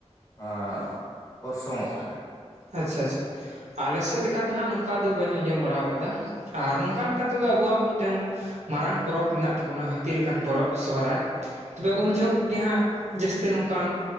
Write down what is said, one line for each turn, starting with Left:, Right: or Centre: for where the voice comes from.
Left: ᱟᱸ ᱚᱨᱥᱚᱝᱚᱜ ᱠᱟᱱᱟ᱾
Right: ᱟᱪᱪᱷᱟ ᱟᱪᱪᱷᱟ᱾ ᱟᱞᱮᱥᱮᱫ ᱞᱮᱠᱟ ᱛᱮ ᱦᱟᱸᱜ ᱱᱚᱝᱠᱟ ᱫᱚ ᱵᱟᱹᱧ ᱟᱸᱡᱚᱢ ᱵᱟᱲᱟᱣ ᱟᱠᱟᱫᱟ᱾ ᱟᱨ ᱱᱚᱝᱠᱟ ᱞᱮᱠᱟᱛᱮ ᱫᱚ ᱟᱵᱚᱣᱟᱜ ᱢᱤᱫᱴᱟᱝ ᱢᱟᱨᱟᱝ ᱯᱚᱨᱚᱵᱽ ᱢᱮᱱᱟᱜ ᱛᱟᱵᱚᱱᱟ ᱦᱟᱹᱛᱤ ᱞᱮᱠᱟᱱ ᱯᱚᱨᱚᱵᱽ ᱥᱚᱦᱚᱨᱟᱭ᱾ ᱛᱚᱵᱮ ᱩᱱ ᱡᱷᱚᱜ ᱜᱮ ᱦᱟᱸᱜ ᱡᱟᱹᱥᱛᱤ ᱱᱚᱝᱠᱟᱱ